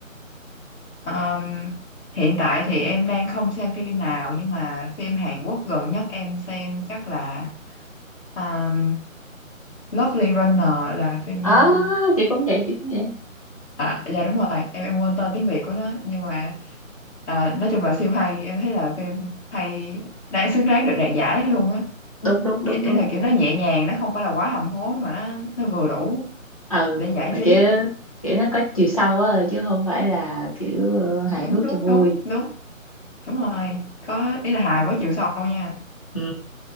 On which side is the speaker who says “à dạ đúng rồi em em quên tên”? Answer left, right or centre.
Left